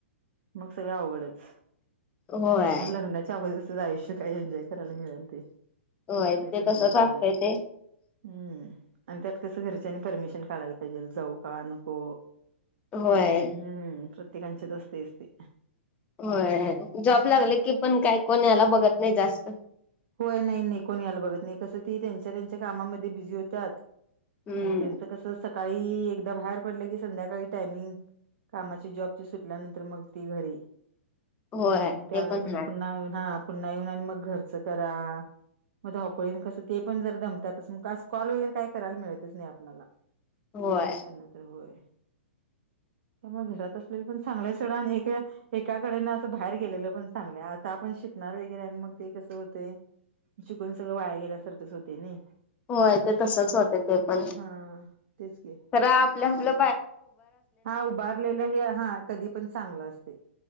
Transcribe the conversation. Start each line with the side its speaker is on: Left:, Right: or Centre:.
Right: मग सगळं अवघडच
Left: होय
Right: त्यामुळे लग्नाच्या आवज अस जाय शकत. काही एन्जॉय करायला मिळेल ते
Left: होय
Right: नाही
Left: ते
Right: तरर नाही
Left: तसच
Right: हय.
Left: असतंय ते
Right: हम्म आणि त्यात कसं घरच्यानी परमिशन काढायला पाहिजे जाऊ का नको.
Left: होय
Right: हम्म कृत कंचे दोस्त सते.
Left: होय जॉब लागले की पण काय कोणी याला बघत नाही जास्त
Right: होय नाही नाही कोणी यायला बघत नाही कसं ती त्यांच्या त्यांच्या कामामध्ये बिझी होत्या.
Left: हम्म.
Right: आणि त्यांचं कस सकाळी एकदा बाहेर पडलं की संध्याकाळी टायमिंग कामाची जॉबची सुटल्यानंतर मग ती घरी
Left: होय
Right: त्यानंतर
Left: ते पण हाय
Right: पुन्हा येऊन हा पुन्हा येऊन आणि मग घरचं करा. मग धावपळीन कसं ते पण जर दमतातच मग कॉल वगैरे काय करायला मिळतच नाही आपल्याला
Left: होय
Right: होय त्यामुळे घरात असले पण चांगल्या सड आणि्या एकाकडे ना असं बाहेर गेलेलं पण चांगलंय आता आपण शिकणार वगैरे आणि मग ते कसं. ते शिकून सगळं वाया गेल्यासारखंच होते ना ते
Left: होय ते तसच होते ते पण
Right: हा तेच की
Left: रे आपल आपल
Right: हा उभारलेलं हे हा कधी पण चांगलं असतंय